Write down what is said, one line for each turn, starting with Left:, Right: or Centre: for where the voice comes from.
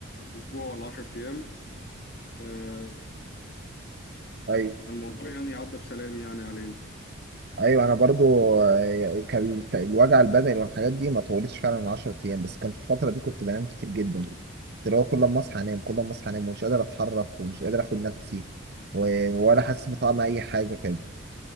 Left: اسبوع ولا 10 ايام آه،
Right: ايوه
Left: فالموضوع يعني عدى بسلام يعني علينا
Right: ايوه انا برضو آه، كان الت- الوجع البدني والحاجات دي ما طولتش فعلا من 10 ايام بس كان في الفتره دي كنت بنام كتير جدا كنت اللي هو كل ما اصحى انام كل ما اصحى انام ومش قادر اتحرك ومش قادر اخد نفسي و- ولا حاسس بطعم اي حاجه كده